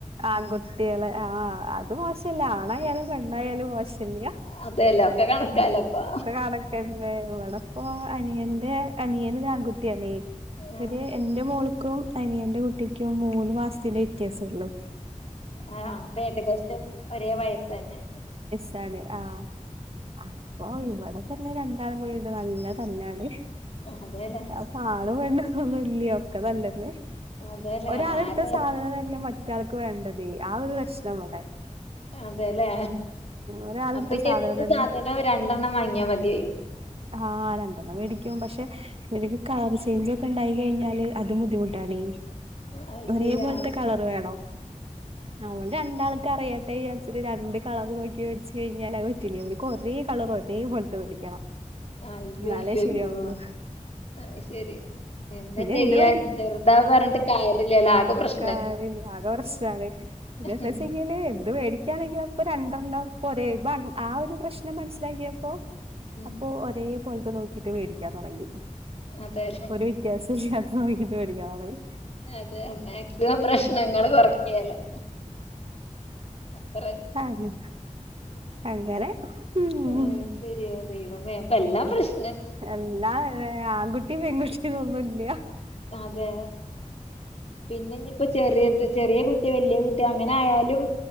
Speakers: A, on the right; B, on the left.
A: ആൺകുട്ടികള് ആഹ് അത് മോശല്ല ആണായാലും പെണ്ണായാലും മോശില്ല
B: അതെയല്ല ഒക്കെ കണക്കാലപ്പ
A: കണക്കന്നെ ഇവിടെപ്പോ അനിയന്റെ അനിയന് ആൺകുട്ടിയല്ലേ ഇവര്
B: ആ
A: എന്റെ മോൾക്കും അനിയന്റെ കുട്ടിക്കും മൂന്ന് മാസത്തെ വ്യത്യാസമുള്ളു
B: ആഹ് അപ്പൊ ഏകദേശം ഒരേ വയസ്സ് തന്നെ
A: അതാണ് ആഹ് അപ്പൊ ഇവിടെ തന്നെ രണ്ടാള കുട്ടിണ്ട് നല്ല തല്ലാണ്
B: അതേല്ലെ
A: അപ്പൊ ആണ് പെണ്ണൊന്നും ഇല്ല ഒക്കെ നല്ലത്
B: അതെല്ലേ
A: ഒരാളെടുത്ത
B: ആര
A: സാധനം തന്നെ മറ്റാൾക്ക് വേണ്ടത് ആഹ് ഒരു ലക്ഷണ അവിടെ
B: അതെല്ലേ
A: ഒരാളെടുത്ത
B: അപ്പൊ ഇനി
A: സാധനം
B: എന്ത്
A: തന്നെ
B: സാധനം രണ്ടെണ്ണം വാങ്ങിയാ മതിയായി
A: ആഹ് രണ്ടെണ്ണം മേടിക്കും പക്ഷെ നിനിക്ക് കാർ ചേഞ്ച് ഒക്കെ ഉണ്ടായി കഴിഞ്ഞാല് അതും ബുദ്ധിമുട്ടാണ്
B: അത്
A: ഒരേ
B: ശരി
A: പോലത്തെ
B: ആ
A: കളറ് വേണം അവള് രണ്ടാൾക്ക അറിയാ ഏഹ് രണ്ട് കളർ നോക്കി മേടച്ച് കഴിഞ്ഞാൽ പറ്റില്ല അവര് കൊറേ കളർ ഒരേ പോലത്തത്ത് മേടിക്കണം
B: ആഹ് അയ്യോ
A: എന്നാലേ
B: അയ്യോ
A: ശരിയാവുള്ളൂ
B: അയ്യോ ആഹ് ശെരി എന്താ
A: പിന്നെ
B: ചെയ്യാ
A: എന്ത് മേടിക്കും
B: ചെറുതാ പറഞ്ഞിട്ട് കാര്യമില്ലെലോ ആക്കെ പ്രശ്നം
A: കാര്ല്ല ആകെ <unintelligible>
B: ഉം
A: എന്ത് മേടിക്കയാണെങ്കിൽ അപ്പൊ രണ്ടെണ്ണം ഒരേ ആഹ് ഒരു പ്രശ്നം മനസ്സിലാക്കിയപ്പോ
B: ഉം
A: അപ്പൊ ഒരേ പോലത്തെ നോക്കിട്ട് മേടിക്കാൻ തുടങ്ങി
B: അതെ
A: ഒരു വ്യത്യാസം ഇല്ലാത്ത നോക്കിട്ട് മേടിക്കാൻ പറയും
B: അതെ മാക്സിമം പ്രശ്നങ്ങൾ കൊറക്കല്ലേ അത്ര
A: അതെ അങ്ങനെ ഉം
B: ആഹ് ശരിയ ദൈവമേ അപ്പൊ എല്ലാം പ്രശ്
A: എല്ലാ ഏ ആൺകുട്ടി പെൺകുട്ടി ഒന്നുല്യ
B: അതെ പിന്നെ ഇഞ്ഞിപ്പോ ചെറിയത് ചെറിയ കുട്ടി വല്യ കുട്ടി അങ്ങനെ ആയാലും